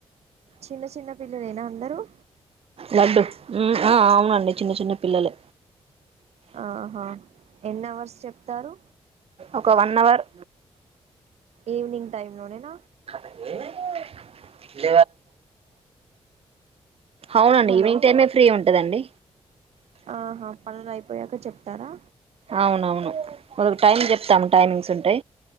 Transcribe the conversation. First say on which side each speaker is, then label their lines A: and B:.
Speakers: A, on the right; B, on the right.
A: చిన్న చిన్న పిల్లలు ఏనా జరుగు
B: లడ్డు ఆ అవునండి చిన్న చిన్న పిల్లలే
A: ఆహా ఎన్ని అవర్స్ చెప్తారు
B: ఒక వన్ అవర్
A: ఈవినింగ్ టైమ్ లోనేన
B: <inaudible> అవునండి
A: హలో
B: ఈవినింగ్ టైమే ఫ్రీ ఉంటదండి
A: ఆహా పనులు అయిపోయాక చెప్తారా
B: అవునవును మూడ్ టైమింగ్స్ చెప్తాము టైమింగ్స్ ఉంటే